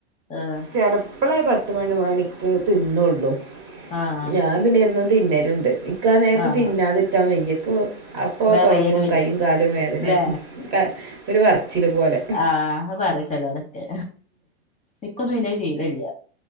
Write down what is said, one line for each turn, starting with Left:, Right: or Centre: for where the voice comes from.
Left: ആഹ്
Right: ചെലെ ഇപ്പെളേ പത്ത് മണി മണിക്ക് തിന്നൊള്ളൂ.
Left: ആഹ്
Right: ഞാൻ പിന്നെ എന്നും തിന്നല്ണ്ട്. ഇക്ക് അ നേരത്ത്
Left: ആഹ്
Right: തിന്നാതിരിക്കാൻ വെയ്യക്ക്. അപ്പൊ
Left: വെറയല്
Right: തൊടങ്ങും
Left: വരും
Right: കൈയും കാലും വേദനൊകേ
Left: ല്ലേ
Right: ഒരു വറച്ചിൽ പോലെ.
Left: ആഹ് അത് പറിം ചെലോലൊക്കെ. ഇക്കൊന്നും പിന്നെ അത് ശീലല്ല.